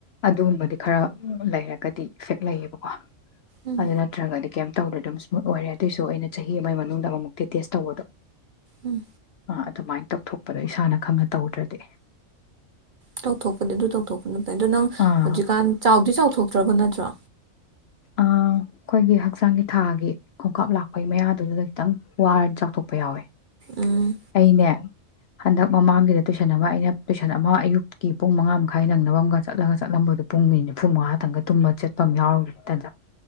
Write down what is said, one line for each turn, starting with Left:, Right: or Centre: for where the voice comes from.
Left: ꯑꯗꯨꯒꯨꯝꯕꯗꯤ ꯈꯔ ꯂꯩꯔꯒꯗꯤ ꯏꯐꯦꯛ ꯂꯩꯌꯦꯕꯀꯣ
Right: ꯎꯝ
Left: ꯑꯗꯨ ꯅꯠꯇ꯭ꯔꯒꯗꯤ ꯀꯩꯝ ꯇꯧꯗꯔ ꯗꯨꯃ ꯑꯣꯏꯔꯦ ꯑꯗꯨꯑꯣꯏꯁꯨ ꯑꯩꯅ ꯆꯍꯤ ꯑꯃꯒꯤ ꯃꯅꯨꯡꯗ ꯑꯃꯨꯛꯇꯤ ꯇꯦꯁ ꯇꯧꯕꯗꯣ
Right: ꯎꯝ
Left: ꯑ ꯑꯗꯨꯃꯥꯏꯅ ꯇꯧꯊꯣꯛ ꯄꯗꯣ ꯏꯁꯥꯅ ꯈꯪꯅ ꯇꯧꯗ꯭ꯔꯗꯤ
Right: ꯇꯧꯊꯣꯛꯄꯗꯤ ꯑꯗꯨ ꯇꯧꯊꯣꯛꯄꯅ ꯐꯩ ꯑꯗꯣ ꯅꯪ
Left: ꯑꯥ
Right: ꯍꯧꯖꯤꯛꯀꯥꯟ ꯆꯥꯎꯗꯤ ꯆꯥꯎꯊꯣꯛ ꯇ꯭ꯔꯕ ꯅꯠꯇ꯭ꯔꯣ
Left: ꯑꯩꯈꯣꯏꯒꯤ ꯍꯛꯆꯥꯡꯒꯤ ꯊꯥꯒꯤ ꯈꯣꯡꯀꯥꯞ ꯂꯥꯛꯄꯒꯤ ꯃꯌꯥꯗꯨꯗ ꯈꯤꯇꯪ ꯋꯥꯔ ꯆꯥꯎꯊꯣꯛꯄ ꯌꯥꯎꯋꯦ
Right: ꯎꯝ ꯎꯝ
Left: ꯑꯩꯅꯦ ꯍꯟꯗꯛ ꯃꯃꯥꯡꯒꯤꯗ ꯇꯨꯏꯁꯟ ꯑꯃ ꯑꯩꯅ ꯇꯨꯏꯁꯟ ꯑꯃ ꯑꯌꯨꯛꯀꯤ ꯄꯨꯡ ꯃꯉꯥ ꯃꯈꯥꯏ ꯅꯪꯅꯕ ꯑꯃꯒ ꯆꯠꯂꯒ ꯆꯠꯂꯝꯕꯗꯣ ꯄꯨꯡ ꯃꯤꯅꯤꯠ ꯅꯤꯐꯨꯃꯉꯥꯇꯪꯒ ꯇꯨꯝꯃ ꯆꯠꯄ ꯑꯃ ꯌꯥꯎꯔꯤ ꯇꯟꯖꯥ